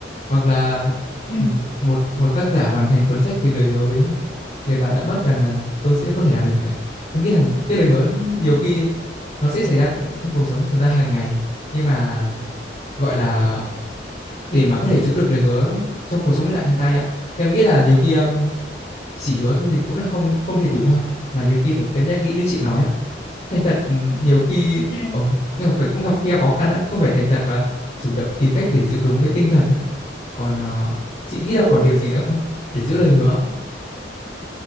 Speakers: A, on the left; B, on the left.
A: hoặc là
B: ừ.
A: ừ, một một tác giả hoàn thành cuốn sách vì lời hứa với người bạn đã mất rằng là tôi sẽ có thể làm được chẳng hạn em nghĩ là những cái lời hứa nhiều
B: Ừ.
A: khi nó sẽ xảy ra trong cuộc sống của chúng ta hàng ngày nhưng mà gọi là để mà có thể giữ được lời hứa trong cuộc sống hiện đại hiện tại ạ em nghĩ là nhiều khi um, chỉ hứa thôi thì cũng là không không thể đủ ha mà nhiều khi phải cân nhắc kỹ như chị nói ạ thành thật ừ, nhiều khi
B: Ừ.
A: ờ, nhưng mà phải cũng gặp khi gặp khó khăn á thì cũng phải thành thật và chủ động tìm cách để giữ đúng cái tinh thần á còn ờ, chị nghĩ
B: Ừ.
A: là còn điều gì nữa không để giữ lời hứa